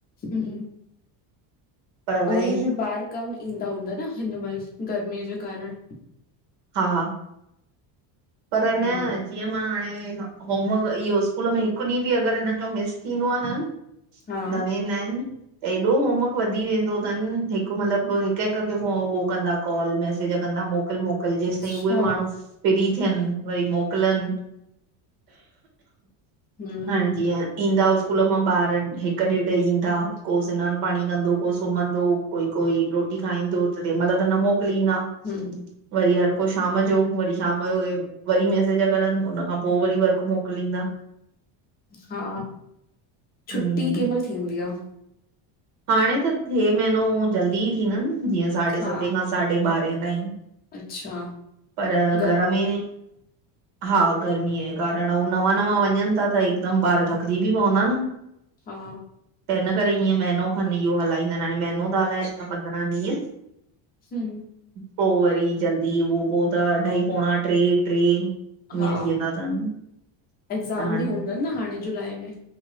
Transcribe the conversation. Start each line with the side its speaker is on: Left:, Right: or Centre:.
Left: हूं
Right: पर वरी
Left: उहे बि ॿारि कम ईंदा हूंदा न हिन महिल गर्मीअ जे कारण
Right: हा पर न
Left: हम्म,
Right: जीअं मां हाणे होमवर्क इहो स्कूल में हिकु ॾींहुं बि अॻरि हिनॼो मिस थींदो आ न
Left: हा,
Right: न वेंदा आहिनि त एॾो होमवर्क वधी वेंदो अथनि हिकु मतलबु हिकु हिकु खे उहो कंदा कॉल मैसेज कंदा मोकिल मोकिल जेसि
Left: अच्छा,
Right: ताईं उहे माण्हू फ्री थियनि वरी मोकिलनि
Left: हम्म,
Right: हाणे जीअं ईंदा स्कूल मां ॿार हिकु ॾेढ ईंदा को सनानु पाणी कंदो को सुम्हंदो कोई कोई रोटी खाईंदो त तेंहिं महिल त न मोकिलींदा
Left: हूं
Right: वरी हर को शाम जो वरी शाम पयो वरी मैसेज करनि हुन खां पोइ वरी वर्क मोकिलींदा
Left: हा छुटी
Right: हम्म
Left: केंहिं महिल थी थिंदीआ।
Right: हाणे त हे महीनो जल्दी ई थींदन जीअं साढे
Left: हा,
Right: सतें खां साढे ॿारहें ताईं
Left: अच्छा
Right: पर
Left: ग
Right: घर में हा गर्मीअ जे कारण अउं नवां नवां वञनि था त हिकदमि ॿारि थकिजी बि पवंदा न
Left: हा
Right: त हिन करेे हीअं महीनो खनि इहो हलाईंदा आहिनि हाणे महीनो त हलाइनि या पंद्रहं ॾींहुं
Left: हूं
Right: पोइ वरी जल्दी उहो पोइ त अढाई पोणा टे टे
Left: हा
Right: थी वेंदा अथनि
Left: एग्ज़ाम
Right: त हाणे
Left: बि हूंदनि न हाणे जुलाई में